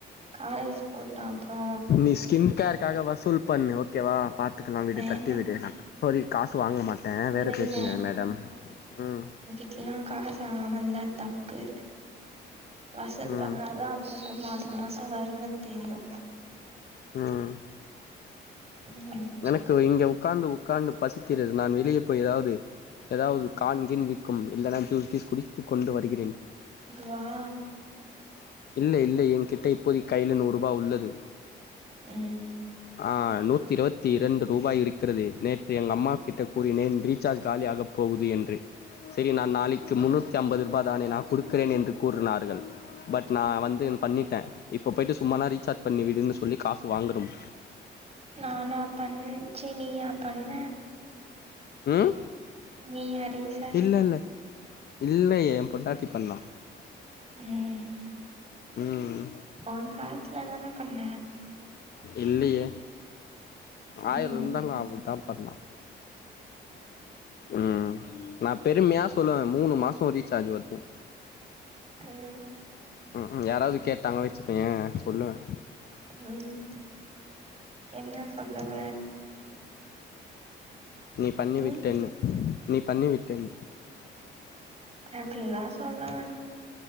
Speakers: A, on the right; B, on the left.
A: காலேஜ் போட்டா அப்றொ
B: நீ ஸ்கின் கேருக்காக வசூல் பண்ணு ஓகேவா பாத்துக்கலா விடு
A: வேணா
B: தட்டி விடு இப்போதைக் காசு வாங்க மாட் ட்டே
A: இல்ல
B: வேற
A: இல்ல
B: பேசுங்க மேடம் ம்
A: சில்லா காசு ஆமந்தா தப்பு வசூல்
B: ம்
A: பண்ணா தா அப்பப்போ மாச மாசோ வருவன் தெரியு
B: ம்
A: ம்
B: எனக்கு இங்க உக்காந்து உக்காந்து பசிக்கிறது நான் வெளியே போய் எதாவ்து எதாவ்து கான், கீன் விக்கும் இல்லனா ஜூஸ், கீஸ் குடித்து கொண்டு வருகிறேன்
A: வா
B: இல்லை இல்லை என்கிட்ட இப்போதைக் கைல நூர்ருபா உள்ளது
A: ம்
B: ஆ நூத்தி இருவத் தி இரண்டு ரூபாய் இருக்கறது நேற்று எங்க அம்மா கிட்ட கூறினேன் ரீசார்ஜ் காலியாகப் போகுது என்று சரி நா நாளைக்கு முன்னூத்தி அம்பது ரூபா தானே நா குடுக்கறேன் என்று கூறுனாருகள் நா வந்து பண்ணிட்டே இப்போ போய்ட்டு சும்மா நா ரீசார்ஜ் பண்ணி விடுன்னு சொல்லி காசு வாங்கணும்
A: நானா பண் சீ நீயா பண்ண
B: ம்
A: நீ அரியர்ஸ்
B: இல்லல்ல இல்ல ஏ பொண்டாட்டி பண்ணா
A: ம்
B: ம்
A: உ காஸ்ல தான பண்ண
B: இல்லியே ஆயர்ருந்தாலு
A: ம்
B: அவ தா பண்ணா ம் நா பெருமையா சொல்லுவே மூணு மாசோ ரீசார்ஜு வரு
A: ம்
B: ம் ம் யாராவ்து கேட்டாங்க வெச்சுக்கோயே சொல்லுவே
A: ம் ம் என்ன சொல்லுவ
B: நீ பண்ணி விட்டேன்னு
A: ம்
B: நீ பண்ணி விட்டேன்னு
A: அப்டில்லா சொல்ல வேணா